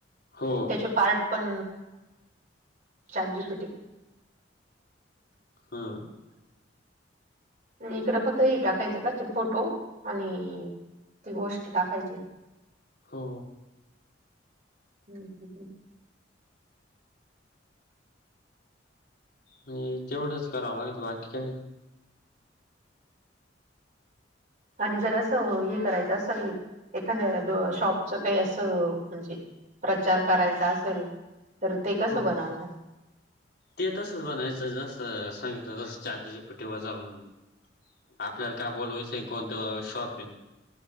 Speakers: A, on the left; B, on the right.
A: हो.
B: त्याचे पार्ट पण चॅट जी पी टी
A: हा.
B: इकडं फक्त हे टाकायचं का? फोटो आणि ते गोष्ट टाकायची.
A: हो
B: हहह
A: नाही. तेवढंच करावं लागत बाकी काही नाही.
B: आणि जर असं हे करायचं असल, एखाद्या शॉपच काही असं म्हणजे प्रचार करायचा असल, तर ते कसं
A: ह
B: बनवता?
A: ते तसच बनायचं. जस सांगितलं तस चॅट जी पि टी वर जाऊन आपल्याला काय बोलवायचं कोणतं शॉप <unintelligible>